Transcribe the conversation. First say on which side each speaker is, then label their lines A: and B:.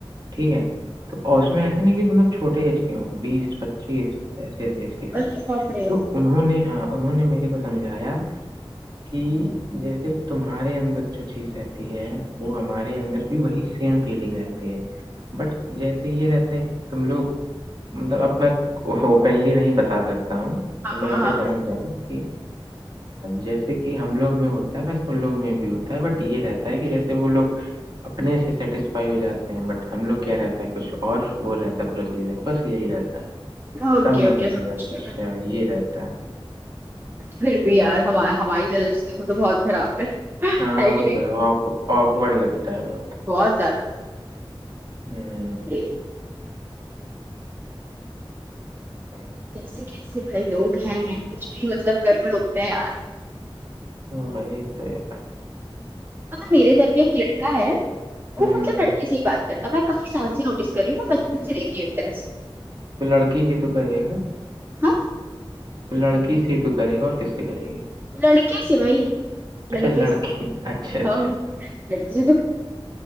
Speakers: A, on the right; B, on the right.
A: ٹھیک ہے تو اس میں ایسے نہیں کہ مطلب چھوٹے ایج کے ہو بیس پچیس ایسی ایسی ایج کی سر
B: ارے باپ رے
A: تو انہوں نے ہاں انہوں نے میرے کو سمجھایا کہ جیسے تمہارے اندر جو چیز رہتی ہے وہ ہمارے اندر بھی وہی فیلنگ رہتی ہے بٹ جیسے یہ رہتا ہے کہ تم لوگ مطلب اب میں اوپنلی نہیں بتا سکتا ہوں
B: ہاں
A: مطلب ایسے
B: ہاں ہاں
A: سمجھ جاؤں کہ جیسے کہ کہ ہم لوگ میں ہوتا ہے بس ان لوگ میں بھی ہوتا ہے بٹ یہ رہتا ہے کہ جیسے وہ لوگ اپنے سے سیٹسفائی ہو جاتے ہیں بٹ ہم لوگ کیا رہتا ہے کچھ اور وہ رہتا ہے پروسیجر بس یہی رہتا
B: اوکے
A: تب میں
B: اوکے
A: سمجھا
B: سمجھ
A: اچھا
B: گیا میں
A: یہ رہتا ہے
B: پھر بھی یار ہماری نظر سے دیکھو تو بہت خراب ہے
A: ہاں وہ
B: کہ نہیں
A: تو ہے آکورڈ لگتا ہے بہت
B: بہت زیادہ
A: ہاں
B: جی
A: <unintelligible>
B: کیسے کیسے بھائی لوگ ہیں کچھ بھی مطلب کر رہے ہوتے ہیں یار
A: وہی تو ہے نا
B: مطلب میرے گھر پہ ایک لڑکا ہے
A: ہوں
B: وہ مطلب لڑکی سی بات میں کافی سال سے نوٹس کر رہی ہوں میں بچپن سے دیکھ رہی ہوں ایسے
A: تو لڑکی ہی تو کہے گا
B: ہاں
A: تو لڑکی سے تو کرے گا اور کس سے کرے گا
B: لڑکے سے بھائی
A: اچھا
B: لڑکے
A: لڑکی
B: سے
A: اچھا اچھا
B: <unintelligible> بچپن سے